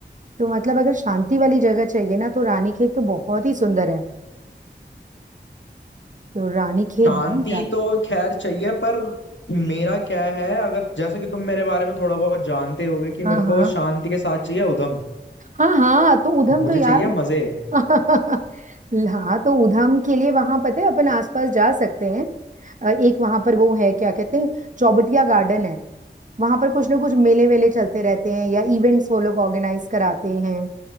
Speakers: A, on the right (about 40°); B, on the left (about 80°).
A: तो मतलब अगर शांति वाली जगह चाहिए ना तो रानी खेत तो बहुत ही सुंदर है तो रानी खेत
B: शांति
A: भी जा
B: तो खैर चाहिए पर मेरा क्या है अगर जैसा कि तुम मेरे बारे में थोड़ा बहुत जानते होगे कि मेरे
A: हाँ हाँ
B: को शांति के साथ चाहिए उधम
A: हाँ हाँ तो उधम
B: मुझे
A: तो यार
B: चाहिए मजे
A: <laughs> हाँ तो उधम के लिए वहां पता है अपन आसपास जा सकते हैं अ, एक वहां पर वो है क्या कहते हैं चौबटिया गार्डन है वहां पर कुछ ना कुछ मेले वेले चलते रहते हैं या इवेंट्स वो लोग ऑर्गेनाइज कराते हैं